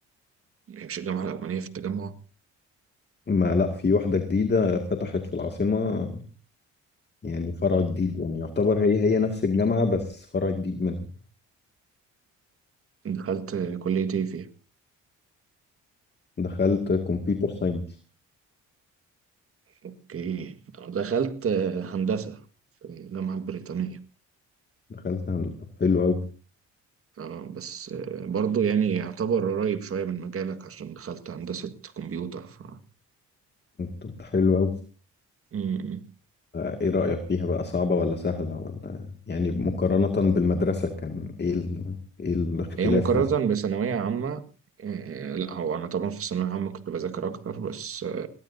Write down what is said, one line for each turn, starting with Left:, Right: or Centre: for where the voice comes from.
Right: هي مش الجامعه الاولانيه في التجمع
Left: ما لا في واحدة جديدة فتحت في العاصمة يعني فرع جديد يعني يعتبر هي هي نفس الجامعة بس فرع جديد منها
Right: دخلت كليه ايه فيها
Left: دخلت كمبيوتر ساينس
Right: اوكي دخلت هندسه في الجامعه البريطانيه
Left: دخلت هندسة طب حلو أوي
Right: آه، بس آه، برضه يعني يعتبر قريب شويه من مجالك عشان دخلت هندسه كمبيوتر ف
Left: طب ده حلو أوي
Right: مم.
Left: آه، إيه رأيك فيها بقى صعبة ولا سهلة ولا يعني مقارنة بالمدرسة كان إيه ال... إيه الاختلاف
Right: هي مقارنه
Left: مثلا
Right: بثانويه عامه آه، لا هو انا طبعا في الثانويه العامه كنت بذاكر اكتر بس